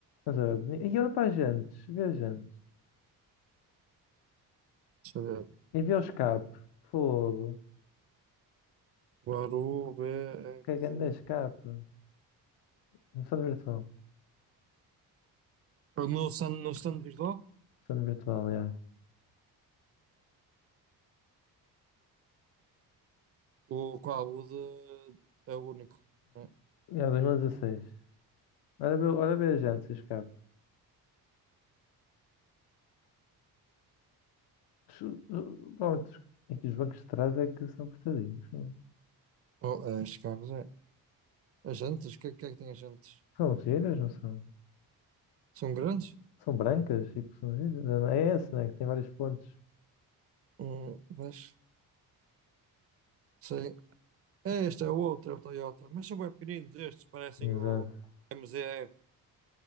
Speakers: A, on the left; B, on the right.
A: Mas era bonito. E olha para as jantes, vê as jantes.
B: Deixa eu ver.
A: E vê o escape, fogo.
B: Baru BRZ.
A: Que grande escape. Versão virtual.
B: No stand, no stand visual?
A: Versão virtual, é.
B: O qual? O de. É o único. né?
A: É 2016. Olha bem, olha bem as jantes e o escape. Su- su- Provavelmente os- aqui os bancos de trás é que são apertadinhos. São,
B: Oh, as carros, é. As jantas? O que, é- que é que tem as jantas?
A: são giras, não são?
B: São grandes?
A: São brancas, tipo, são giras. É esse, né? Que tem vários pontos.
B: Hum, vês? Sei. É, este é o outro, é o Toyota. Mas são bem pequeninos estes, parecem
A: Exato.
B: o m MZR.